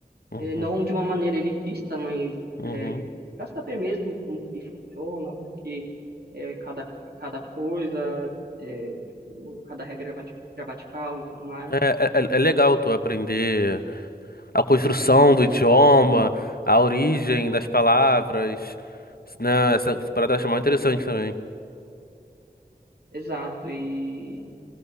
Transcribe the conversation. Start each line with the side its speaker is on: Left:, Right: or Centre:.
Left: Uhum.
Right: Eh, não de uma maneira elitista, mas,
Left: Uhum.
Right: eh, tipo, para saber mesmo como que funciona, porque eh, cada, cada coisa, eh, tipo, cada regra gramati- gramatical e tudo mais.
Left: É, é, é é legal tu aprender a construção do idioma, a origem das palavras, né? Essa parada eu acho mó interessante também.
Right: Exato, e